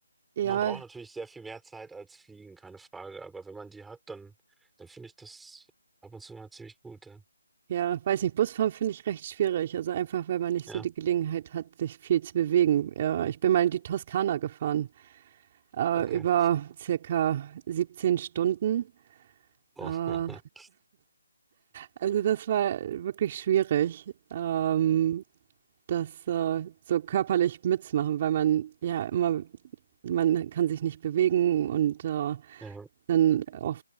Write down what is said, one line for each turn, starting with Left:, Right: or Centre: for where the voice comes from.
Right: Ja,
Centre: man braucht natürlich sehr viel mehr Zeit als Fliegen, keine Frage. Aber wenn man die hat, dann, dann finde ich das ab und zu mal ziemlich gut. Ja,
Right: Ja, weiß nicht, Busfahren finde ich recht schwierig. Also einfach, weil man nicht
Centre: ja,
Right: so die Gelegenheit hat, sich viel zu bewegen. Äh, ich bin mal in die Toskana gefahren, äh,
Centre: okay.
Right: über circa 17 Stunden.
Centre: Oh.
Right: Äh,
Centre: <laughs>
Right: also das war wirklich schwierig, ähm, das äh, so körperlich mitzumachen, weil man ja immer, man kann sich nicht bewegen und äh,
Centre: Ja.
Right: dann auch